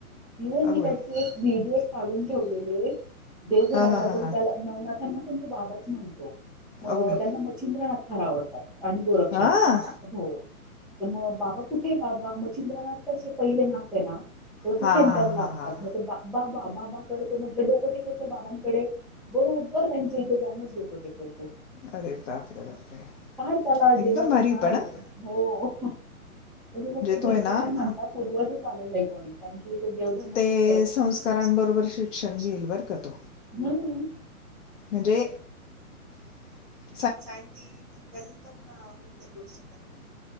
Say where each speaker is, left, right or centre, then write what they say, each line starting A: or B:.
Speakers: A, in the centre; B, on the left (about 55°).
A: इव्हन मी
B: अगो
A: त्याचे
B: बाई
A: एक व्हिडिओ काढून ठेवलेले, देवघरात
B: हां हां
A: जात
B: हां
A: मी
B: हां
A: त्याला नवना. त्यांना पण तो बाबाच म्हणतो, म
B: अगो बाई
A: त्यांना मचिंद्रनाथ फार आवडतात. आणि गोरक्षणा
B: हां
A: हो. मग बाबा कुठे बाबा मचिंद्रनाथ कसे पहिले नात आहे ना.
B: हां
A: ते सेंटर
B: हां
A: ला
B: हां
A: असतात,
B: हां
A: मग बाबा बाबा करतो, म्हटलं डोकं टेकल बाबांकडे. बरोबर त्यांच्या इथे जाऊनच डोकं टेक.
B: अरे बापरे बापरे
A: फार त्याला
B: एकदम
A: देवाचं
B: भारी
A: काय
B: पण हां
A: हो. म्हणजे मग ते घरचे
B: तो आहे ना
A: पणता पूर्वजच आलेलं आहे, कोणी कारण. <unintelligible> देवधर्म
B: ते
A: फार य संबरोबर
B: संस्कारांबरोबर शिक्षण
A: शिक्ष
B: घेईल बरं का तो
A: हम्म. <unintelligible>
B: म्हणजे. <unintelligible>
A: सायंटिफिकली पण प्रत्येक गोष्ट करेल.